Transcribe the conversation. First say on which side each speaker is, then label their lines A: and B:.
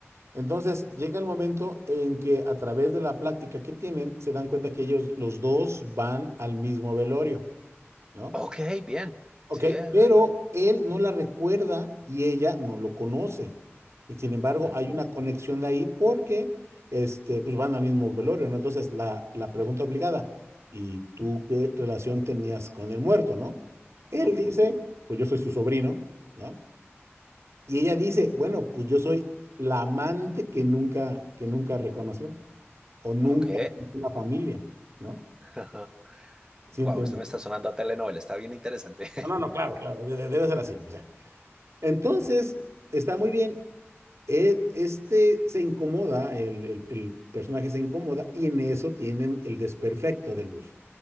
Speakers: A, on the right (about 80°); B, on the right (about 15°).
A: Entonces llega el momento en que a través de la plática que tienen, se dan cuenta que ellos, los dos, van al mismo velorio, ¿no?
B: Ok, bien.
A: Ok,
B: Sí, eh,
A: pero
B: ahí.
A: él no la recuerda y ella no lo conoce. Y Sin embargo,
B: Ujú,
A: hay una conexión de ahí porque este, pues van al mismo velorio, ¿no? Entonces, la, la pregunta obligada, ¿y tú qué relación tenías con el muerto, no? Él
B: ujú.
A: dice, pues yo soy su sobrino, ¿no? Y ella dice, bueno, pues yo soy la amante que nunca, que nunca reconoció o nunca
B: Ok.
A: conoció la familia, ¿no?
B: <laughs>
A: ¿Sí
B: Wow,
A: entiendes?
B: esto me está sonando a telenovela, está bien interesante.
A: No, no, no, claro, claro, de- de- debe ser así. O sea, entonces, está muy bien. e- Este se incomoda, el, el- el personaje se incomoda y en eso tienen el desperfecto del bus,